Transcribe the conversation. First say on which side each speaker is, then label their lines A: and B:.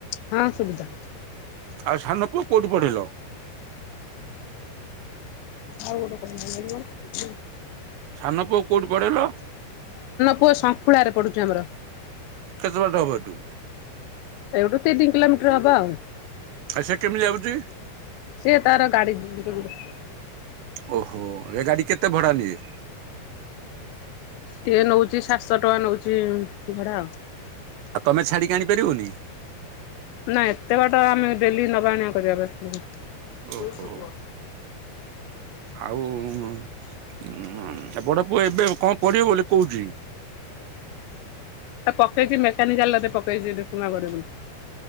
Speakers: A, on the left; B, on the right.
A: ହଁ ସୁବିଧା
B: ଆଉ ସାନ ପୁଅ କୋଉଠି ପଢେଇଲ?
A: ଆଉ ଗୋଟେ କହିବି ଭଲ ଲାଗିବ।
B: ସାନ ପୁଅ କୋଉଠି ପଢ଼େ ଲୋ?
A: ପୁଅ ଶଙ୍କୁଳାରେ ପଡୁଛି ଆମର।
B: କେତେ ବାଟ ହବ ଏଇଠୁ?
A: ଏଇଠୁ ତିଇ ତିନି କିଲୋମିଟର ହବ ଆଉ।
B: ଆଚ୍ଛା କେମିତି ଯାଉୁଛି?
A: ସେଏ ତାର ଗାଡି। <unintelligible>
B: ଓହୋ ଏ ଗାଡି କେତେ ଭଡା ନିଏ?
A: ସିଏ ନଉଛି ସାତଶହ ଟଙ୍କା ନଉଛି ଭଡା ଆଉ।
B: ଆଉ ତମେ ଛାଡିକି ଆଣିପାରିବନି?
A: ନା ଏତେ ବାଟ ଆମେ ଡେଲି ନବା ଆଣିବା କରିବାକୁ ଆସିବୁନି।
B: ଓହୋ ଆଉ ଉଁ ହଁ ବଡ ପୁଅ ଏବେ କଣ ପଢିବ ବୋଲି କହୁଛି?
A: ତା ପକେଇଛି ମେକାନିକାଲେ ପକେଇଛି ଗ ବୋଲି।